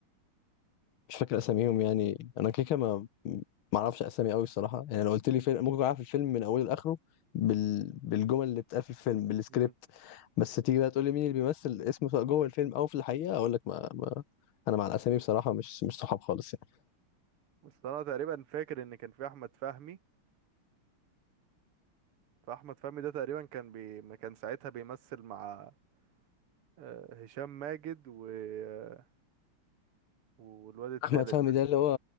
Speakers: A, on the left; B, on the right.
A: مش فاكر أساميهم يعني أنا كيكة ما ما أعرفش أسامي أوي الصراحة يعني لو قلت لي فيلم ممكن أعرف الفيلم من أوله لآخره بال... بالجمل اللي بتتقال في الفيلم بالسكريبت
B: مم.
A: بس تيجي بقى تقول لي مين اللي بيمثل اسمه سواء جوه الفيلم أو في الحقيقة أقول لك ما... ما... أنا مع الأسامي بصراحة مش مش صحاب خالص يعني
B: بس أنا تقريبا فاكر إن كان في أحمد فهمي فاحمد فهمي ده تقريبا كان بي... ما كان ساعتها بيمثل مع آه، هشام ماجد و... آه، والواد التالت
A: احمد فهمي
B: ده
A: ده اللي هو